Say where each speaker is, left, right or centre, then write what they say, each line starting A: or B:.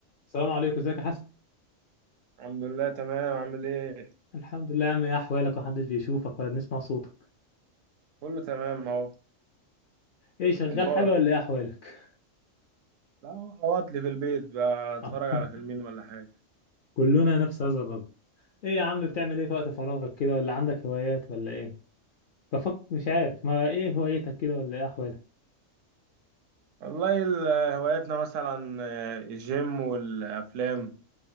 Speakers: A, on the left; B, on the right.
A: السلام عليكم ازيك يا حسن
B: الحمد لله تمام عامل ايه
A: الحمد لله يا عم ايه احوالك محدش بيشوفك ولا بنسمع صوتك
B: كله تمام اهو
A: ايه شغال
B: مبارك
A: حاجه ولا ايه احوالك
B: لا اقعد لي في البيت بقى اتفرج
A: آه. <laughs>
B: على فيلمين ولا حاجه
A: كلنا نفس هذا الرجل ايه يا عم بتعمل ايه في وقت فراغك كده ولا عندك هوايات ولا ايه بفكر مش عارف ما ايه هوايتك كده ولا ايه احوالك
B: والله ال- هواياتنا مثلا آه، الجيم والافلام